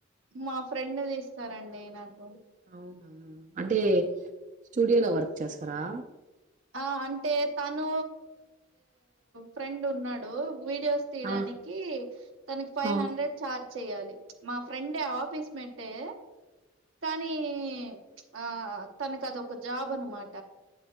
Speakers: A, on the right (about 80°); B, on the right (about 40°).
A: మా ఫ్రెండ్ తీస్ స్తారండి నాక్
B: అవునా అంటే స్టూడియో లో వ వచ్చేస్తారా
A: ఆ అంటే తను ఫ్రెండ్ ఉన్నాడు వీడియోస్ తీయడానికి
B: ఆ
A: తనకి ఫైవ్
B: ఆ
A: హండ్రెడ్ చార్జ్ చెయ్యాలి మా ఫ్రెండు ఆఫీస్ పెట్టే కానీ ఆ తనకు అది ఒక జాబ్ అనమాట